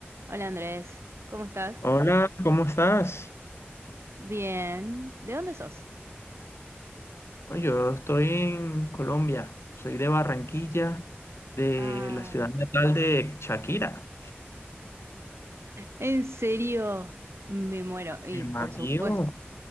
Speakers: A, on the right; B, on the left.
A: Hola Andrés, ¿cómo estás?
B: Hola, ¿cómo estás?
A: Bien, ¿de dónde sos?
B: Oye, Yo estoy en Colombia, soy de Barranquilla, de
A: Ah,
B: la ciudad natal de Shakira.
A: ¿en serio? Me muero. Y
B: El
A: por
B: Bajío,
A: supuesto,